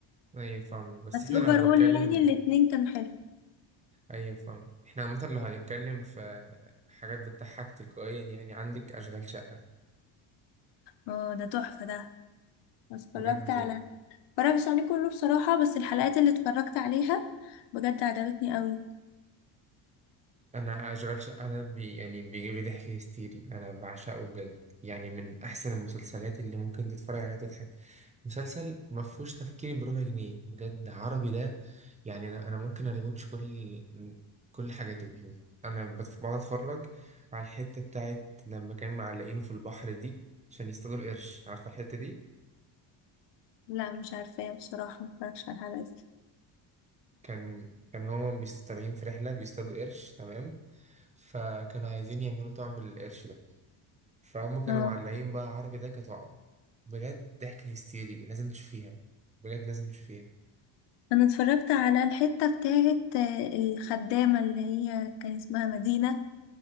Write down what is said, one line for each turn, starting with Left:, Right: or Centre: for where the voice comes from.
Right: أيوة فاهمك بس
Left: بس
Right: إحنا
Left: اوفر
Right: لو هنتكلم
Left: اول يعني الاتنين كانوا حلو
Right: ايوه فاهم احنا عامة لو هنتكلم في حاجات بتضحك تلقائيا يعني عندك اشغال شقة
Left: اه ده تحفة ده اتفرجت
Right: بجد
Left: على اتفرجتش عليه كله بصراحة بس الحلقات اللي اتفرجت عليها بجد عجبتني قوي
Right: انا اشغال شقة ده بي يعني بيجيب لي ضحك هستيري انا بعشقه بجد يعني من احسن المسلسلات اللي ممكن تتفرج عليها وتضحك مسلسل ما فيهوش تفكير بربع جنيه بجد عربي ده يعني انا انا ممكن اريوتش كل كل حاجاته يعني انا بت- بقعد اتفرج على الحتة بتاعت لما كان معلقينه في البحر دي عشان يصطادوا القرش عارفة الحتة دي
Left: لا مش عارفة بصراحة متفرجش على الحلقة دي
Right: كان كان هما بيستطلعين في رحلة بيصطادوا قرش تمام فكانوا عايزين يعملوا طعم للقرش ده فهم كانوا
Left: اه
Right: معلقين بقى عربي ده كطعم بجد ضحكة هستيري لازم تشوفيها بجد لازم تشوفيها
Left: انا اتفرجت على الحتة بتاعت آه، الخدامة اللي هي كان اسمها مدينة